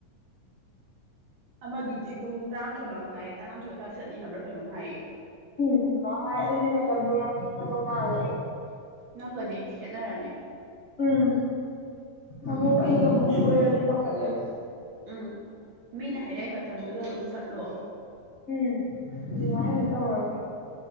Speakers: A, on the right; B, on the left.
A: ꯑꯃꯗꯨꯗꯤ ꯄꯨꯡ ꯇꯔꯥꯃꯥꯊꯣꯏ ꯃꯈꯥꯏ ꯇꯔꯥꯃꯥꯊꯣꯏ ꯑꯗꯨꯏ ꯆꯠꯅꯤꯡꯉꯕ꯭ꯔꯥ ꯀꯩꯅꯣꯝ ꯉꯥꯏꯌꯦ
B: ꯎꯝ ꯑꯗꯨꯃ ꯑꯗꯨꯒꯤ ꯃꯇꯝꯗꯣ ꯌꯥꯝ ꯏꯅꯥꯗꯣ ꯃꯥꯜ
A: ꯅꯪꯒꯗꯤ ꯈꯦꯠꯅꯔꯅꯤ
B: ꯎꯝ ꯑꯃꯨꯛ ꯑꯩꯗꯣ ꯑꯃꯨꯛ ꯁꯣꯏꯔꯗꯤ ꯄꯥꯈꯠꯂꯦꯕ
A: ꯎꯝ ꯃꯤꯅ ꯍꯥꯏꯔꯛꯏ ꯃꯇꯝꯗꯨꯗ ꯑꯗꯨꯝ ꯆꯠꯂꯣ
B: ꯎꯝ ꯃ ꯇꯧꯕꯒ